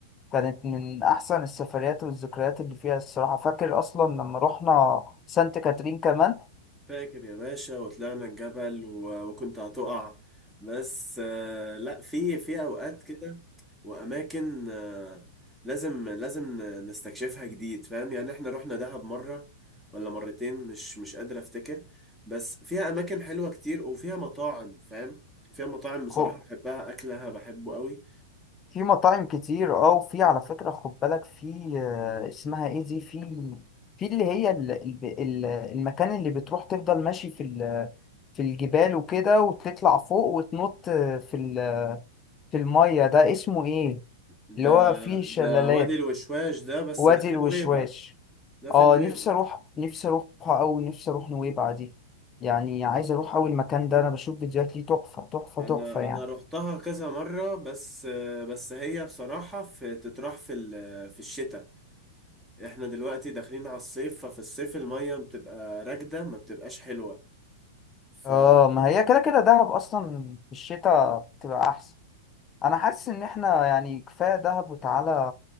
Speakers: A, on the left (about 25°); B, in the centre.
A: كانت من احسن السفريات والذكريات اللي فيها الصراحة فاكر اصلا لما رحنا سانت كاترين كمان
B: فاكر يا باشا وطلعنا الجبل و... وكنت هتقع بس آه، لا في في اوقات كده واماكن آه، لازم لازم ن- نستكشفها جديد فاهم يعني احنا رحنا دهب مرة ولا مرتين مش مش قادر افتكر بس فيها اماكن حلوة كتير وفيها مطاعم فاهم فيها مطاعم بصراحة
A: <laughs>
B: بحبها
A: <laughs>
B: اكلها بحبه قوي
A: في مطاعم كتير اه وفي على فكرة خد بالك في آه، اسمها ايه دي في في اللي هي ال- ال- ال- المكان اللي بتروح تفضل ماشي في ال- في الجبال وكده وتطلع فوق وتنط آه، في ال- في المية ده اسمه ايه
B: وده
A: اللي هو فيه شلالات
B: ده وادي الوشواش ده بس
A: وادي
B: ده في
A: الوشواش
B: نويبع ده في
A: اه
B: نويبع
A: نفسي اروح نفسي اروح او نفسي اروح نويبع دي يعني عايز اروح اول مكان ده انا بشوف فيديوهات ليه تحفة تحفة
B: انا
A: تحفة يعني
B: انا رحتها كذا مره بس بس هي بصراحه في تتراح في ال- في الشتاء احنا دلوقتي داخلين على الصيف ففي الصيف الميه بتبقى راكده ما بتبقاش حلوه ف
A: اه ما هي كده كده دهب اصلا في الشتاء بتبقى احسن انا حاسس ان احنا يعني كفايه دهب وتعالى